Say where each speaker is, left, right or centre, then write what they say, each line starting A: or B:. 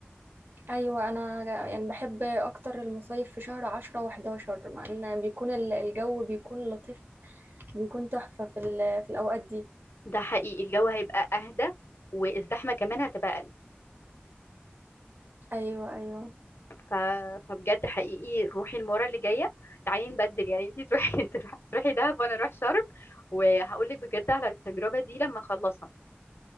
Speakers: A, on the right; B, on the left.
A: أيوة أنا يعني بحب أكتر المصايف في شهر عشرة وحداشر مع إن بيكون ال- الجو بيكون لطيف بيكون تحفة في ال- في الأوقات دي
B: ده حقيقي الجو هيبقى اهدى والزحمة كمان هتبقى اقل
A: أيوة أيوة
B: ف... فبجد حقيقي روحي المره اللي جايه تعالي نبدل يعني انتي تروحي <laughs> تروحي دهب وانا اروح شرم وهقول لك بجد على التجربه دي لما اخلصها